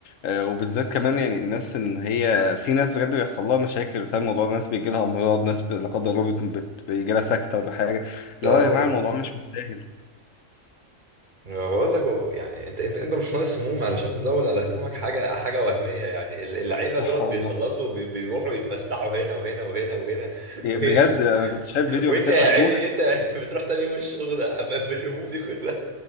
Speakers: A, on the left (about 80°); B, on the right (about 40°).
A: آه، وبالذات كمان يعني الناس ان هي في ناس بجد بيحصل لها مشاكل بسبب الموضوع ده، ناس بيجي لها امراض ناس ب- لا قدر الله بت- بت- بيجي لها سكته ولا حاجه اللي
B: لا
A: هو يا
B: والله
A: جماعه الموضوع مش مستاهل
B: أنا بقول لك هو- يعني انت انت انت مش ناقص هموم علشان تزود على همومك حاجه حاجه وهميه يعني ال- اللعيبه
A: صح
B: دولت
A: والله
B: بيخلصوا وبي- بيروحوا يتفسحوا هنا وهنا وهنا وهنا <laughs>
A: يعني
B: وانت
A: بجد انا كنت شايف فيديو
B: وانت
A: قبل كده
B: يا
A: الفتوح
B: عيني انت يعني بتروح تاني يوم الشغل ب- بالهموم دي كلها